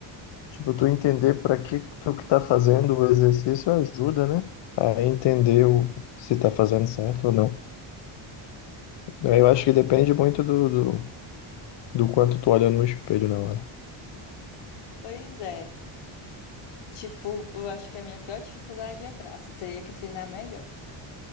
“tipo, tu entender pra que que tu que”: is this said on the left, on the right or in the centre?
Left